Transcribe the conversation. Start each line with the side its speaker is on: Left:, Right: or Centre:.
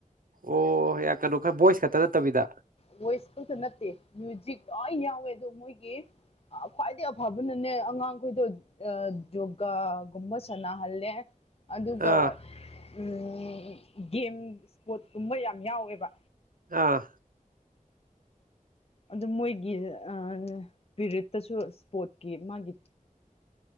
Right: ꯑꯣ ꯍ ꯀꯩꯅꯣ ꯈꯔ ꯚꯣꯏꯁ ꯈꯛꯇ ꯅꯠꯇꯕꯤꯗ
Left: ꯚꯣꯏꯁ ꯈꯛꯇ ꯅꯠꯇꯦ ꯃ꯭ꯌꯨꯖꯤꯛ ꯂꯣꯏ ꯌꯥꯎꯋꯦ ꯑꯗꯣ ꯃꯣꯏꯒꯤ ꯈ꯭ꯋꯥꯏꯗꯗꯒꯤ ꯑꯐꯕꯅꯅꯦ ꯑꯉꯥꯡꯈꯣꯏꯗꯣ ꯌꯣꯒꯥꯒꯨꯝꯕ ꯁꯥꯟꯅꯍꯜꯂꯦ ꯑꯗꯨꯒ
Right: ꯑꯥ
Left: ꯎꯝ ꯒꯦꯝ ꯏꯁꯄꯣꯔꯠꯀꯨꯝꯕ ꯌꯥꯝ ꯌꯥꯎꯋꯦꯕ
Right: ꯑꯥ
Left: ꯑꯗꯨ ꯃꯣꯏꯒꯤ ꯑ ꯄꯤꯔꯤꯠꯇꯁꯨ ꯏꯁꯄꯣꯔꯠꯀꯤ ꯃꯥꯒꯤ